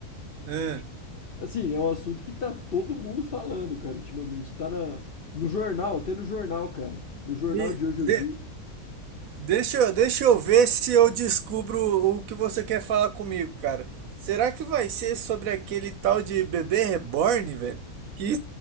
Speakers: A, on the right (about 70°); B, on the left (about 50°).
A: Hã?
B: Assim, é um assunto que tá todo mundo falando, cara, ultimamente. Tá na, no jornal, até no jornal, cara. No jornal
A: me-
B: de hoje eu
A: de-
B: vi.
A: deixa, eu- deixa eu ver se eu descubro o que você quer falar comigo, cara. Será que vai ser sobre aquele tal de bebê reborn, velho? Que